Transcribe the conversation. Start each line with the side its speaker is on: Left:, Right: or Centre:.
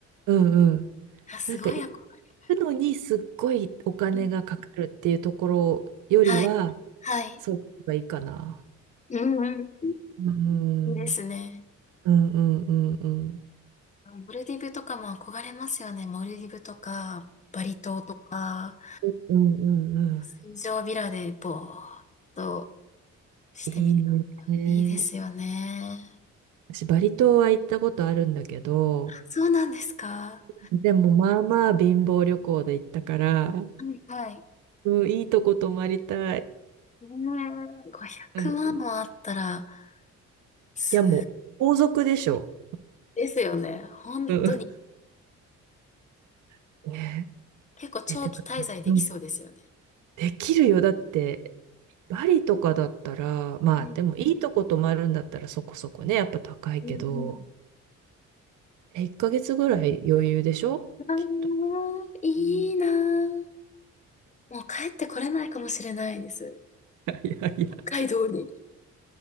Right: うんうん。
Left: あ、すごい憧れ。
Right: なんか行くのにすっごいお金がかかるっていうところよりは、
Left: うん。はい。はい。
Right: そういうのがいいかな。
Left: うんうん。い
Right: うん。
Left: いですね。
Right: うんうんうんうん。
Left: モルディブとかも憧れますよね。モルディブとか、バリ島とか、
Right: うんうんうん。
Left: 水上ビラでぼーっとしてみた。
Right: いいね。
Left: いいですよね。
Right: 私、バリ島は行ったことあるんだけど、
Left: そうなんですか。
Right: でもまあまあ貧乏旅行で行ったから、
Left: はいはい。
Right: うん、いいとこ泊まりたい。
Left: ねえ500万もあったら、
Right: うん。い
Left: す、
Right: や、もう、皇族でしょ。
Left: ですよね。本当に。
Right: うん。<laughs> ね
Left: 結構長期滞在できそうですよね。
Right: え、え、てかさ、うん、できるよ。だって、バリとかだったら、まあ、
Left: うん
Right: でもいいとこ泊まるんだったらそこそこね、やっぱ高いけど、
Left: うんうん。
Right: え、1ヶ月ぐらい余裕でしょきっと。
Left: あーいいなー。
Right: <laughs> うん
Left: もう帰ってこれないかもしれないです。
Right: いやいや、
Left: 北海道に。
Right: <laughs>